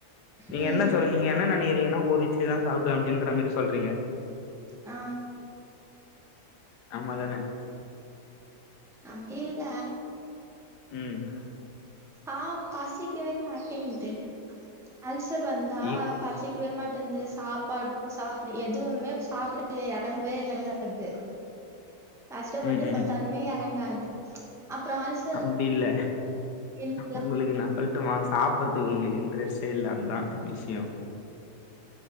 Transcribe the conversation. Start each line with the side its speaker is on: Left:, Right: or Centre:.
Left: நீங்க
Centre: ம்
Left: என்ன சொன்னிங்க என்ன நினைக்கிறீங்கன்னா ஒரு இட்லிதா சாப்பிடுவே அப்டின்ற மாரி சொல்றீங்க
Centre: ஆ
Left: ஆமா தானே
Centre: அப்டில்ல
Left: ம்
Centre: ஆ பசிக்கவே மாட்டேங்குது அல்சர் வந்தா
Left: இ
Centre: பசிக்கவே மாட்டேங்குது சாப்பாடு சாப்படு எதுவுமே சாப்பிட இறங்கவே இறங்காது கஷ்டப்பட்டு
Left: ம் ம்
Centre: சாப்பிட்டாலுமே இறங்காது அப்புற அல்ச்
Left: அப்டி இல்ல
Centre: இல்லங்க
Left: உங்களுக்கு நா சொல்லட்டுமா சாப்படடுறதுக்கு உங்களுக்கு இன்ட்ரெஸ்ட்டே இல்ல அதுதா விஷயம்